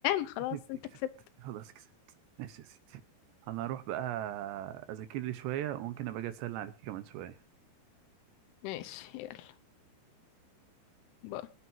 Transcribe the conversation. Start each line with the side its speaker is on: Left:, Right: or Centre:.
Left: خلاص
Right: كسبت
Left: انت
Right: كسبت
Left: كسبت
Right: خلاص كسبت ماشي يا ستي انا هروح بقى اذاكر لي شوية وممكن ابقى اجي اسألني عليك كمان شوية
Left: ماشي يلا باي